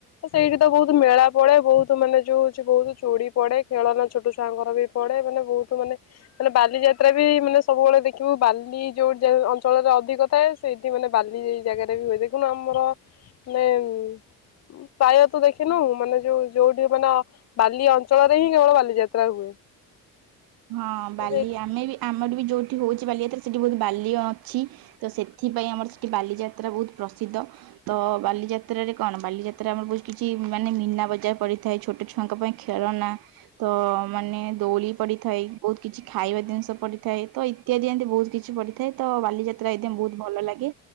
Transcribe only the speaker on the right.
ହଁ ବାଲି
ଆମେ ବି ଆମର ବି ଯୋଉ ସେଠି ହଉଛି ବାଲିଯାତ୍ରା ସେଠି ବହୁତ ବାଲି ଅଛି ତ ସେଥିପାଇଁ ଆମର ସେଠି ବାଲିଯାତ୍ରା ବହୁତ ପ୍ରସିଦ୍ଧ ତ ବାଲିଯାତ୍ରାରେ କଣ ବାଲିଯାତ୍ରା ଆମର ବହୁତ କିଛି ମାନେ ମୀନା ବଜାର ପଡିଥାଏ ଛୋଟ ଛୁଆଙ୍କ ପାଇଁ ଖେଳନା ତ ମାନେ ଦୋଳି ପଡିଥାଏ ବହୁତ କିଛି ଖାଇବା ଜିନିଷ ପଡିଥାଏ ତ ଇତ୍ୟାଦି ଏମିତି ବହୁତ କିଛି ପଡିଥାଏ ତ ବାଲିଯାତ୍ରା ଏଦ ବହୁତ ଭଲ ଲାଗେ